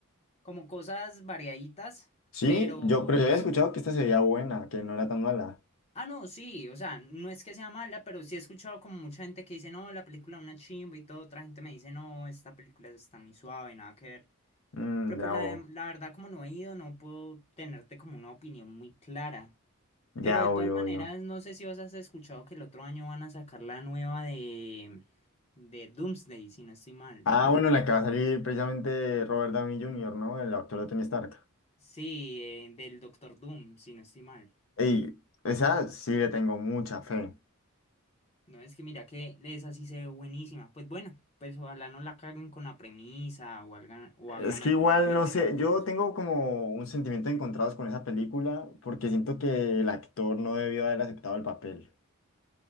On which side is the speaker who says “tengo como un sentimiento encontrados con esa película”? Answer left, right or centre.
Left